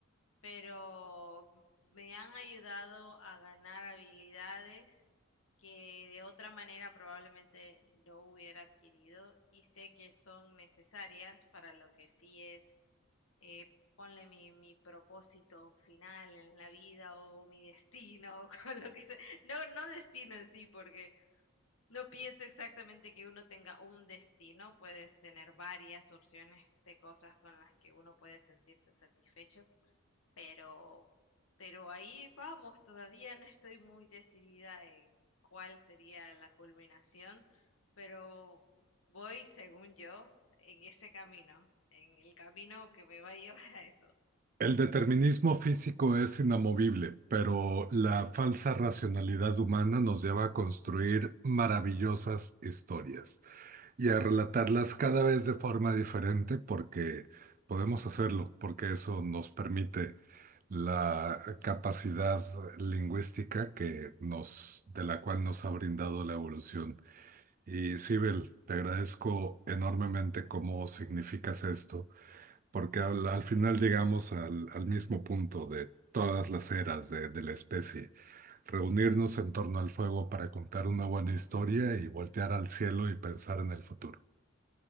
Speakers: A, on the left; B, on the right.
A: pero me han ayudado a ganar habilidades que de otra manera probablemente no hubiera adquirido y sé que son necesarias para lo que sí es, eh, ponle mi, mi propósito final en la vida o mi destino, <laughs> o con lo que sea. No, no destino en sí, porque no pienso exactamente que uno tenga un destino, puedes tener varias opciones de cosas con las que uno puede sentirse satisfecho pero, pero ahí vamos, todavía no estoy muy decidida en cuál sería la culminación, pero voy, según yo, en ese camino, en el camino que me va a <laughs> llevar a eso.
B: El determinismo físico es inamovible, pero la falsa racionalidad humana nos lleva a construir maravillosas historias y a relatarlas cada vez de forma diferente porque podemos hacerlo, porque eso nos permite la capacidad lingüística que nos, de la cual nos ha brindado la evolución. Y Sibel, te agradezco enormemente cómo significas esto porque al, al final llegamos al, al mismo punto de todas las eras de, de la especie. Reunirnos en torno al fuego para contar una buena historia y voltear al cielo y pensar en el futuro,